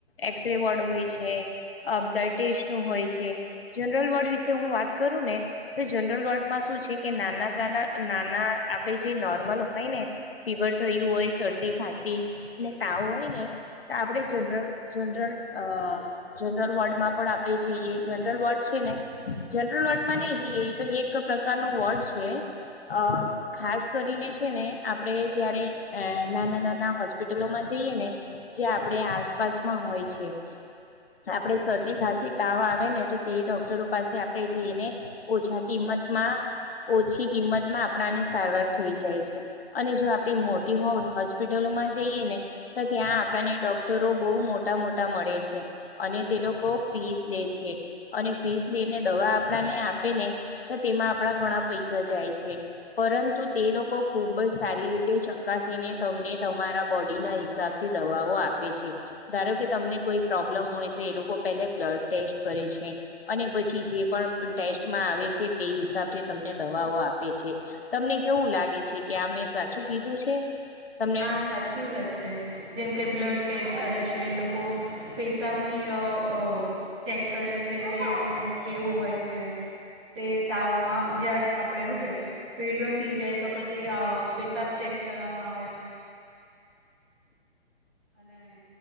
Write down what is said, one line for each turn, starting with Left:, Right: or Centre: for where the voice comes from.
Left: એક્સ રે વોર્ડ હોય છે બ્લડ ટેસ્ટ નું હોય છે, જનરલ વોર્ડ વિશે હું વાત કરું ને તો જનરલ વોર્ડમાં શું છે કે નાના, નાના, નાના, આપણે જે નોર્મલ હોય ને ફીવર થયું હોય શ શરદી, ખાંસીખ ને તાવ હોય ને તો આપણે જરલ જનરલ જ જનરલવોર્ડ પણ આપણેે જઈએ જનરલ વોર્ડ છે ને જનરલ વોર્ડ માં નહી જઈએ તો એક પ્રકાર ન વોર્ડ છે અ ખાસ કરીને છે ને આપડે જયારે અ નાના, નાના હોસ્પિટલોમાં જઈએ ને જે આપડ આસપાસમાં હોય છે આપણે શરદી, ખાંસી, તાવ, આવે ને તો તે ડોક્ટરો પાસે આપણે જોઈને ઓછા કિંમત ત્મા ઓછી કિંમત માં આપણાને સારવાર થઈ જાય છે અને જો આપડી મોટી હોય હોસ્પિટલોમાં જઈએ ને તો ત્યાં આપણને ડોક્ટરો બહુ મોટા મોટા મળે છે અને, તે લોકો ફીસ લે છે અને ફીસ લઈને દવા આપણાને આપે ને તો તેમાં આપણા ઘણા પૈસા જાય છે પરંતુ તે લોકો ખુબ જ સારી રીતે ચકાસીને તમને તમારા બોડીના હિસાબથી દવાઓ આપે છે, ધારો કે તમને કોઈ પ્રોબ્લમ હોય લોકો પેબ્લડ ટેસ્ટ કરે છે અને પછી જે પણ ટેસ્ટમાં આવે છે તે હિસાબ થી તમને દવાઓ આપે છે તમને કેવું લાગે છે કે આ મેં સાચું કીધું છે તમને
Centre: હા, સાચી વાત છે જેમ કે બ્લડ ટેસ્ટ કરે છે લોકો પેશાબની અ ચેક કરે છે કે લોકોનું કેવું હોય છે તે તાવમાં જ આપણે હું કે ભેડીઓ થઈ જાય તો પછી પસાબ ચેક કરવામાં આવે છે અને